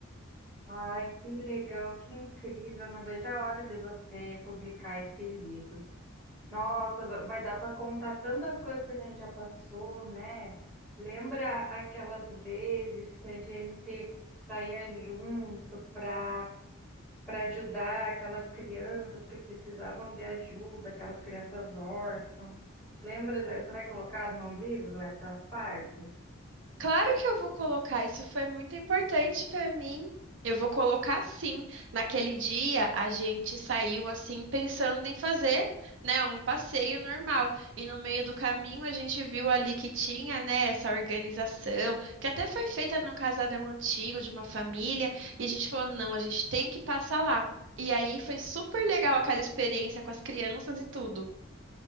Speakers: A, in the centre; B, on the right (about 55°).
A: Ai, que legal, que incrível. Não vejo a hora de você publicar esse livro. Nossa, va- vai dar para contar tantas coisas que a gente já passou, né? Lembra aquelas vezes que a gente saía junto para para ajudar aquelas crianças que precisavam de ajuda, aquelas crianças órfãs? Lembra? da- Você vai colocar no livro essas partes?
B: Claro que eu vou colocar, isso foi muito importante para mim. Eu vou colocar sim. Naquele dia a gente saiu assim pensando em fazer, né, um passeio normal. E no meio do caminho a gente viu ali que tinha, né, essa organização, que até foi feita num casarão antigo de uma família, e a gente falou, não, a gente tem que passar lá. E aí foi super legal aquela experiência com as crianças e tudo.